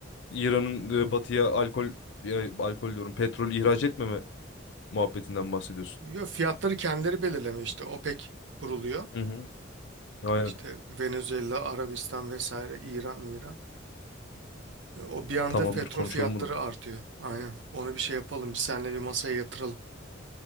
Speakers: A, on the left; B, on the right.
A: İran'ın e, batıya alkol ya, alkol diyorum petrol ihraç etmeme muhabbetinden bahsediyorsun.
B: Yok fiyatları kendileri belirleme işte OPEC kuruluyor.
A: Hı hı. Aynen.
B: İşte Venezuela, Arabistan vesaire, İran, İran. E, O bir anda
A: Tamamdır
B: petrol
A: konuşalım
B: fiyatları
A: bunu.
B: artıyor. Aynen. Onu bir şey yapalım. Bir seninle bir masaya yatıralım.